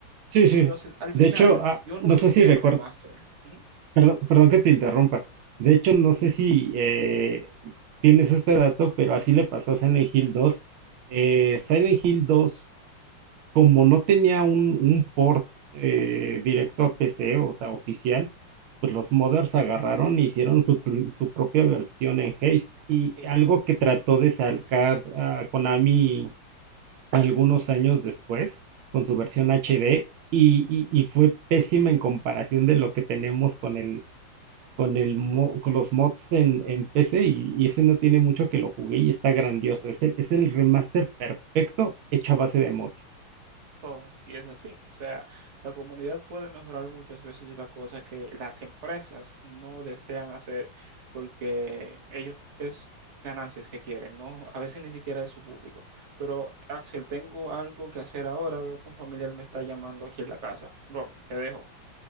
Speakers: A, on the right; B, on the right.
A: Sí, sí.
B: Entonces, al
A: De
B: final,
A: hecho, ah,
B: yo no
A: no
B: prefiero
A: sé si recuerdo,
B: remaster. Ujú.
A: perdón, perdón que te interrumpa. De hecho, no sé si eh, tienes este dato, pero así le pasó a Silent Hill 2. Eh, Silent Hill 2, como no tenía un, un port eh, directo a PC, o sea, oficial, pues los modders agarraron e hicieron su, pr- su propia versión en Haste. Y
B: Sí,
A: algo que trató de sacar a Konami algunos años después con su versión HD y, y- y fue pésima en comparación de lo que tenemos con el con el mo- con los mods en, en PC y, y ese no tiene mucho que lo jugué y está grandioso. Es el, es el remaster perfecto hecho a base de mods.
B: todo, y es así. O sea, la comunidad puede mejorar muchas veces la cosa que las empresas no desean hacer porque ellos es ganancias que quieren, ¿no? A veces ni siquiera de su público. Pero Axel, tengo algo que hacer ahora, veo que un familiar me está llamando aquí en la casa. Bro, te dejo.